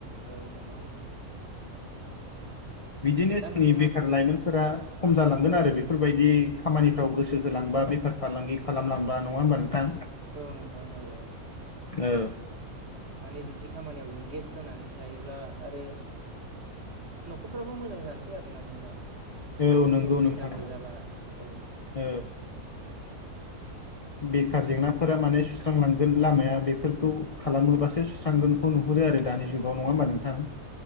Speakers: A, on the right; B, on the left.
A: औ नोंथां।
B: बिदिनो
A: दा
B: जोंनि
A: नोंथाङा
B: बेखार लाइमोनफोरा खम जालांगोन
A: औ
B: आरो बेफो बेफोरबायदि खामानिफ्राव गोसो होलांबा बेफार फालांगि खालामलांबा नङा होमबा नोंथां?
A: औ नोंथां औ औ।
B: औ।
A: माने बिदि खामानियाव इंगेज जानानै थायोब्ला आरो। न'खरफ्राबो मोजां जानोसै आरोना नोंथां
B: औ नंगौ
A: जों बेखारबो
B: नोंथां औ
A: जाला औ।
B: औ। बेखार जेंनाफोरा माने सुस्रांलांगोन लामाया बेफोरखौ खालामोबासो सु स्रांगोनखौ नुहुरो आरो दानि जुगावङा होमबा नोंथां